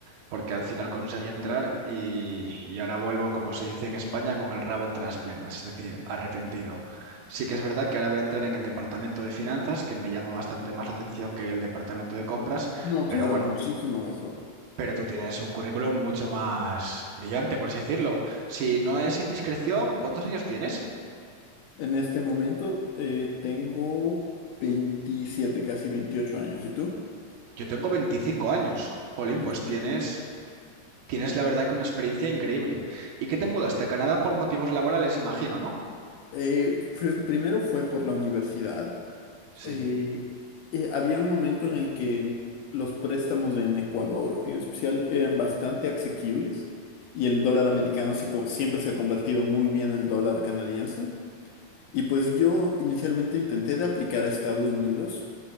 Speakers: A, on the right (about 75°); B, on the left (about 70°).
A: porque al final conseguí entrar y, y ahora vuelvo, como se dice en España, con el rabo entre las piernas, es decir, arrepentido. Sí que es verdad que ahora voy a entrar en el departamento de finanzas, que me llama bastante más la atención que el departamento de compras,
B: No,
A: pero
B: claro,
A: bueno.
B: muchísimo mejor.
A: Pero tú tienes un currículum mucho más brillante, por así decirlo. Si no es indiscreción, ¿cuántos años tienes?
B: En este momento eh, tengo 27, casi 28 años. ¿Y tú?
A: Yo tengo 25 años. Jolín,
B: 25.
A: pues tienes, tienes la verdad que una experiencia increíble. ¿Y qué te mudaste a Canadá por motivos laborales, imagino, ¿no?
B: Eh, fue- primero fue por la universidad.
A: Sí,
B: Eh, eh, había un momento en el que los préstamos en Ecuador, en especial, eran bastante asequibles y el dólar americano se co- siempre se ha convertido muy bien al dólar canadiense. Y pues yo inicialmente intenté de aplicar a Estados Unidos.